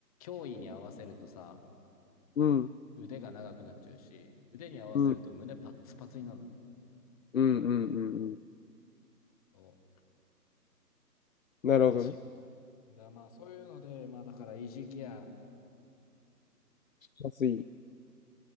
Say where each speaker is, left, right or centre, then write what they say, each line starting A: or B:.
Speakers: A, on the left; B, on the left.
A: 胸囲に合わせるとさ、
B: うん、
A: 腕が長くなっちゃうし、腕に合わせると胸パッツパツになるの。
B: うん、うん、うん、うんうん
A: そ
B: なるほどね。
A: う、悲しいことに。だからまあ、そういうので、まあ、だから、イージーケア
B: 安い。